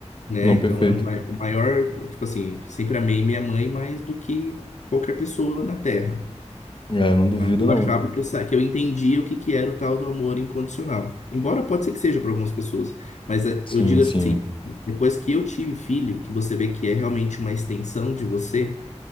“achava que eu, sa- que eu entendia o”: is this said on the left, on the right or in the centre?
Left